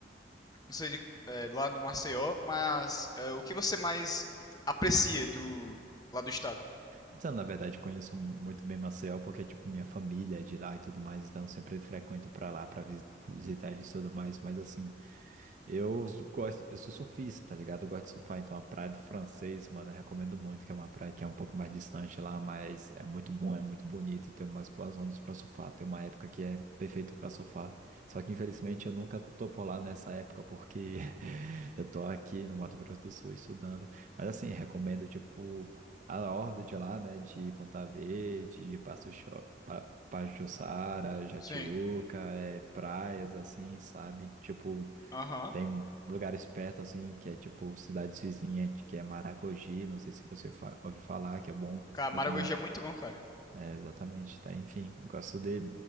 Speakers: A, on the left; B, on the right.
A: Não sei, de- eh, lá no Maceió, mas eh, o que você mais aprecia do. lá do estado?
B: Então, na verdade, conheço muito bem Maceió, porque, tipo, minha família é de lá e tudo mais, então eu sempre frequento pra lá pra visi- visitar eles e tudo mais, mas assim, eu gosto, eu sou surfista, tá ligado? Eu gosto de surfar, então a praia do Francês, mano, eu recomendo muito, que é uma praia que é um pouco mais distante lá, mas é muito bom, é muito bonito, tem umas boas ondas pra surfar, tem uma época que é perfeito pra surfar, só que infelizmente eu nunca tô por lá nessa época, porque <laughs> eu tô aqui no Mato Grosso do Sul estudando, mas assim, recomendo, tipo, a horda de lá, né? De Ponta Verde, de Passo Cho- Pa- Pajuçara, Jatiúca,
A: Sim.
B: é, praias, assim, sabe? Tipo,
A: Aham.
B: tem lugares perto, assim, que é tipo cidades vizinhas, que é Maragogi, não sei se você fa ouviu falar, que é bom,
A: Cara, Maragogi
B: muito bom.
A: é muito bom, cara.
B: É, exatamente, tá? Enfim, gosto de